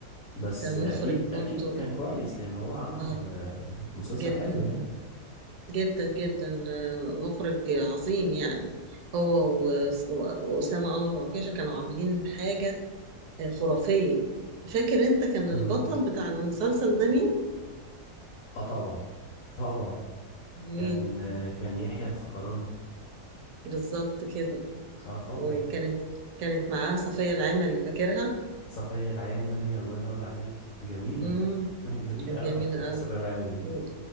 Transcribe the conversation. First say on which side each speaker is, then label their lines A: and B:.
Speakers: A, on the left; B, on the right.
A: بس
B: ده
A: آه،
B: مخرج
A: اكيد اكيد
B: برضو
A: كان كويس لان هو عمل
B: اه
A: آه، مسلسل
B: جدا
A: حلو يعني
B: جدا جدا آه، مخرج عظيم يعني هو و- وأسامة أنور وعكاشة كانوا عاملين حاجة آه، خرافية فاكر انت كان
A: اه
B: البطل بتاع المسلسل ده مين؟
A: آه، طبعا طبعا
B: مين
A: كان آه، كان يحيى الفخراني
B: بالظبط كده
A: اه طبعا
B: وكانت كانت معاه صفية العمري فاكرها؟
A: صفية العامري الله ينور عليك جميلة
B: امم
A: <laughs> جميلة
B: كانت
A: قوي
B: جميلة
A: على فكرة
B: أوي
A: صفية العامري دي
B: و-